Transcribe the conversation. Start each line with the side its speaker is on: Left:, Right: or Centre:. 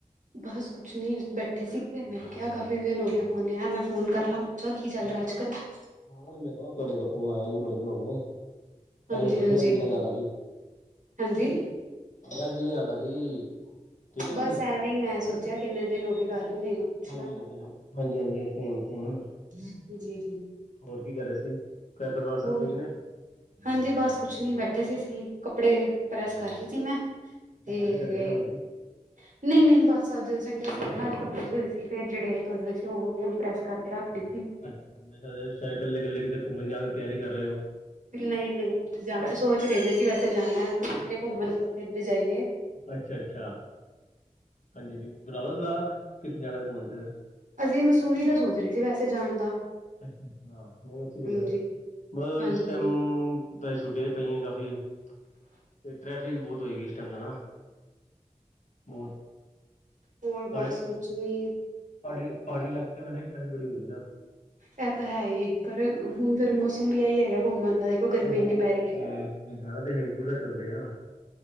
Right: ਬਸ ਕੁਛ ਨੀ ਬੈਠੇ ਸੀਗੇ ਮੈਂ ਕਿਹਾ ਕਾਫੀ ਦਿਨ ਹੋ ਗਏ ਫੋਨ ਆਇਆ ਮੈਂ ਫੋਨ ਕਰ ਲਾਂ। ਪੁੱਛਾ ਕੀ ਚੱਲ
Left: ਹਾਂਜੀ
Right: ਰਿਹਾ ਹੈ। ਅੱਜ ਕੱਲ੍ਹ।
Left: ਹਾਂ ਉਹੀ ਮੈਂ ਕਿਹਾ ਤੁਹਾਡੇ ਕੋਲ ਆਇਆ ਨੀ ਬੜੇ ਦਿਨ ਹੋਗੇ ਨਾਂ।
Right: ਹਾਂਜੀ
Left: ਤਾਹੀਂ ਮੈਂ ਪੁੱਛਿਆ
Right: ਹਾਂਜੀ
Left: ਅੱਜ ਕਿਦਾਂ ਯਾਦ ਆ ਗਈ।
Right: ਹਾਂਜੀ
Left: ਅੱਜ ਕਿਵੇਂ ਯਾਦ ਆ ਗਈ। ਠੀਕ ਹੋ
Right: ਬਸ
Left: ਤੁਸੀਂ
Right: ਐਵੇਂ ਹੀ ਮੈਂ ਸੋਚਿਆ ਕਿੰਨੇ ਦਿਨ ਹੋ ਗਏ ਗੱਲ ਹੀ ਮੇਰੀ ਨਾਲ ਪੁੱਛ
Left: ਹਾਂਜੀ
Right: ਲ
Left: ਹਾਂਜੀ ਹਾਂਜੀ ਸੇਮ ਸੇਮ
Right: ਹਮ ਜੀ ਜੀ।
Left: ਹੋਰ ਕੀ ਕਰ ਰਹੇ ਸੀ ਘਰ ਪਰਿਵਾਰ ਸਭ
Right: ਹੋਰ
Left: ਠੀਕ ਨੇ।
Right: ਹਾਂਜੀ ਬਸ ਕੁਛ ਨੀ ਬੈਠੇ ਸੀ ਅਸੀਂ ਕੱਪੜੇ ਪ੍ਰੈਸ ਕਰ ਰਹੀ ਸੀ ਮੈਂ।
Left: ਕਿਤੇ
Right: ਤੇ
Left: ਤਿਆਰੀ ਕਰ ਰਹੇ ਹੋ ਜਾਣ ਦੀ
Right: ਨਹੀਂ ਨਹੀਂ ਬਸ ਅੱਜ ਸੰਡੇ ਸੀਗਾ ਨਾ ਅੱਜ ਕੱਪੜੇ ਚ ਹੋਏ ਸੀ ਫਿਰ ਜਿਹੜੇ ਧੋਏ ਹੋਏ ਸੀ ਉਹ ਗੋਲ ਪ੍ਰੈਸ ਕਰਕੇ ਰੱਖ ਰਈ ਸੀ।
Left: ਅੱਛਾ ਮੇ ਖਰੇ ਸ਼ਾਏ ਕੱਲੇ ਕਲੇ ਕਿਤੇ ਘੁੰਮਣ ਜਾਣ ਦੀ ਤਿਆਰੀ ਕਰ ਰਹੇ ਹੋ।
Right: ਨਹੀਂ ਨਹੀਂ ਜਾ ਸੋਚ ਰਹੇ ਜੇ ਅਸੀਂ ਵੈਸੇ ਜਾਣਾ ਅਸੀ ਕਿੱਧਰੇ ਘੁੰਮਣੇ ਕਿੱਧਰ ਜਾਈਏ।
Left: ਅੱਛਾ ਅੱਛਾ ਹਾਂਜੀ ਹਾਂਜੀ ਬਣਾ ਲਓ ਸਲਾਹ ਕਿੱਥੇ ਜਾਣਾ ਘੁੰਮਣ ਤੇ ਫਿਰ।
Right: ਅਸੀਂ ਮਸੂਰੀ ਦਾ ਸੋਚ ਰਹੇ ਸੀ ਵੈਸੇ ਜਾਣ ਦਾ।
Left: ਅੱਛਾ ਅੱਛਾ ਨਹੀਂ ਅਛੀ ਜਗਹ
Right: ਹਾਂਜੀ
Left: ਬ
Right: ਹਾਂਜੀ
Left: ਇਸ ਟਾਈਮ ਬ ਛੁੱਟੀਆਂ ਪਈਆਂ ਕਾਫੀ ਤੇ ਟਰੈਫਿਕ ਬਹੁਤ ਹੋਏਗੀ ਇਸ ਟਾਈਮ ਹਣਾ। ਬਹੁਤ
Right: ਹੋਰ
Left: ਪਹਾੜੀ
Right: ਬਸ ਕੁਛ ਵੀ
Left: ਪਹਾੜੀ ਪਹਾੜੀ ਇਲਾਕੇ ਤੇ ਮ ਤੀਲਕਨ ਬੜੀ ਹੁੰਦੀ ਹੈ ਨਾ।
Right: ਇਹ ਤਾਂ ਹੈ ਹੀ ਪਰ ਹੁਣ ਫਿਰ ਮੌਸਮ ਵੀ ਆਹੀ ਹੈਗਾ ਘੁੰਮਣ ਦਾ ਦੇਖੋ ਗਰਮੀ
Left: ਤੇ ਹੁਣ
Right: ਇੰਨੀ ਪੈ ਰਹੀ ਹੈ।
Left: ਜਾਣਾ ਤੇ ਹੇਮਕੁਰ ਸਾਹਿਬ ਚੱਲਦੇ ਆ।